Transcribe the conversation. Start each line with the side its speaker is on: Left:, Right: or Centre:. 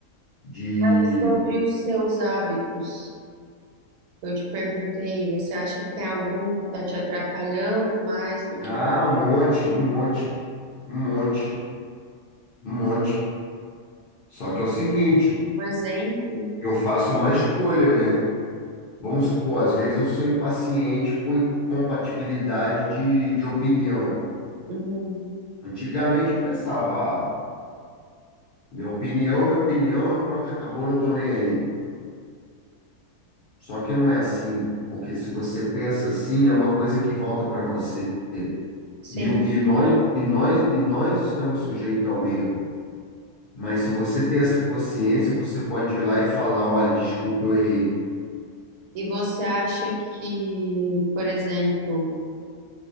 Left: De.
Right: E Sobre os seus hábitos, eu te perguntei, você acha que tem algum que está te atrapalhando mais do
Left: Ah,
Right: que,
Left: um monte, um monte, um monte, um monte. Só que é o seguinte:
Right: por exemplo?
Left: eu faço uma escolha, né? Vamos supor, às vezes eu sou impaciente com incompatibilidade de, de opinião.
Right: Uhum,
Left: Antigamente eu pensava, ah, minha opinião é minha opinião e pronto, acabou, não tô nem aí. Só que não é assim, porque se você pensa assim, é uma coisa que volta para você.
Right: sim.
Left: E, o- e nós e nós e nós estamos sujeitos ao erro. Mas se você tem essa consciência, você pode ir lá e falar, olha, desculpa, eu errei.
Right: E você acha que, por exemplo,